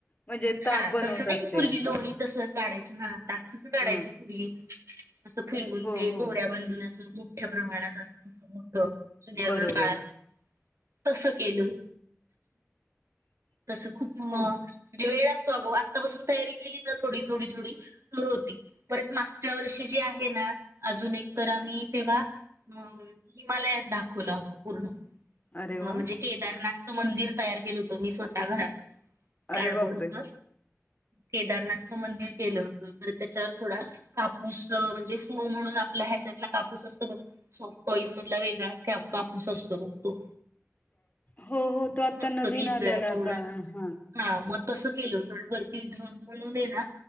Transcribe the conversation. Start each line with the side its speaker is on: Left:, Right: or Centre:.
Left: म्हणजे ताक
Right: हा
Left: बनवतात
Right: तसं नाही
Left: ते
Right: पूर्वी लोणी तस काढायच हा ताक तसं
Left: हम्म
Right: काढायचे फुली असं फिरवून
Left: हो
Right: ते
Left: हो
Right: दोऱ्या बांधून असं मोठ्या प्रमाणात अस मोठ जुन्यागर
Left: बरोबर
Right: काळात तस केलं तस खूप
Left: हम्म
Right: अ म्हणजेळ लागतो अगं आत्तापासून तयारी केली ना थोडी थोडी थोडी तर होती परत मागच्या वर्षी जी आहे ना अजून एक तर आम्ही तेव्हा अ हिमालयात दाखवला होता पूर्ण
Left: अरे
Right: म्हणजे
Left: वा
Right: केदारनाथचं मंदिर तयार केलं होतं मी स्वतः घरात काडबोडच
Left: अरे बापरे
Right: केदारनाथच मंदिर केलं होत तर त्याच्यावर थोडा कापूस म्हणजे स्नो म्हणून आपला ह्याच्यातला कापूस असतो बघ सॉफ्ट कॉईज मधला वेगळाच कॅपप्स असतो त
Left: हो हो तो आता
Right: चकचकीत
Left: नवीन आल्याला
Right: जरा थोडासा
Left: का हा
Right: हा मग तसं केलं तर वरती ढग म्हणून ये ना